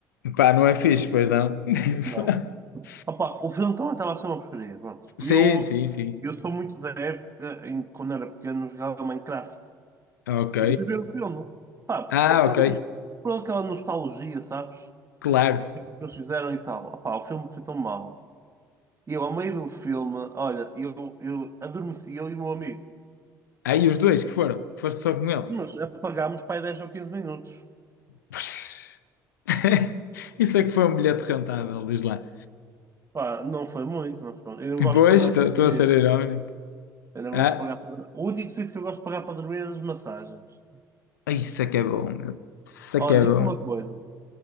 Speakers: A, on the left; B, on the right.
A: Pá, não é fixe, pois não? <laughs>
B: Não. Opa, o filme também estava a ser uma porcaria. Pronto.
A: Sim,
B: E Eu,
A: sim, sim.
B: eu sou muito da época em que, quando era pequeno, jogava Minecraft.
A: Ok.
B: E fui ver o filme. Pá,
A: Ah,
B: por aquela,
A: ok.
B: por aquela nostalgia, sabes?
A: Claro.
B: O que eles fizeram e tal. Opá, o filme foi tão mau. E eu, ao meio do filme, olha, eu, eu adormeci, eu e o meu amigo.
A: Aí os dois que foram. Foste só com ele.
B: Mas apagámos para aí 10 ou 15 minutos.
A: Puxa. <laughs> Isso é que foi um bilhete rentável, diz lá.
B: Pá, não foi muito, mas pronto. Eu não gosto
A: Pois,
B: de pagar para dormir.
A: estou a ser irónico.
B: Eu não gosto
A: Ah,
B: de pagar para... O único sítio que eu gosto de pagar para dormir é as massagens.
A: isso é que é bom, meu. Isso
B: Olha,
A: é que é
B: digo-te
A: bom.
B: uma coisa.